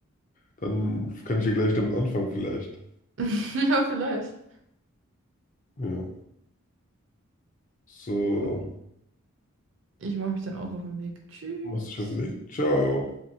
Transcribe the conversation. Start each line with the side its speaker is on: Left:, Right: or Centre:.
Left: Dann kann ich hier gleich damit anfangen, vielleicht.
Right: <laughs> Ja, vielleicht.
Left: Ja. So,
Right: Okay. Ich mache mich dann auch auf den Weg. Tschüss.
Left: machst dich auf den Weg. Ciao.